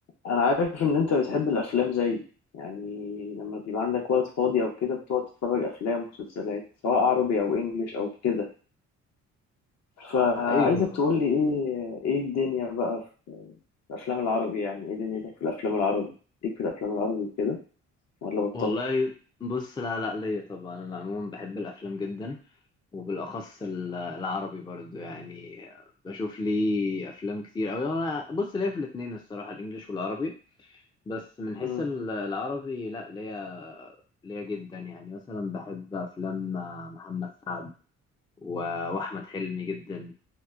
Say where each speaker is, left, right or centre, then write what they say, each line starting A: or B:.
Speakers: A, on the left; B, on the left.
A: انا عارف ان انت بتحب الافلام زيي يعني لما بيبقى عندك وقت فاضي او كده بتقعد تتفرج افلام ومسلسلات سواء عربي او انجليش او كده فعايزك
B: ايوه
A: تقول لي ايه ايه الدنيا بقى في الافلام العربي يعني ايه دنيتك في الافلام العربي ليك في الافلام العربي كده ولا بطلت
B: والله بص لا لا ليا طبعا انا عموما بحب الافلام جدا وبالاخص ال- العربي برضو يعني بشوف لي افلام كتير اوي انا بص ليا في الاتنين الصراحه الانجليش والعربي بس من حيث
A: امم
B: ال- العربي لا ليا ليا جدا يعني مثلا بحب افلام محمد سعد و- واحمد حلمي جدا